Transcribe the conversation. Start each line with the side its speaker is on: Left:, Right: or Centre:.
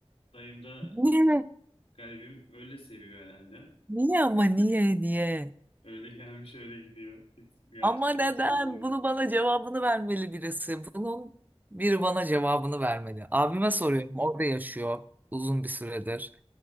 Left: Dayım da
Right: Niye?
Left: garibim öyle seviyor herhalde.
Right: Niye ama niye niye?
Left: Öyle gelmiş öyle gidiyor. Hiç gerçekten
Right: Ama neden?
Left: sorgulamadım.
Right: Bunu bana cevabını vermeli birisi. Bunun biri bana cevabını vermeli. Abime
Left: Tamam ben
Right: soruyorum. Orada yaşıyor uzun bir süredir.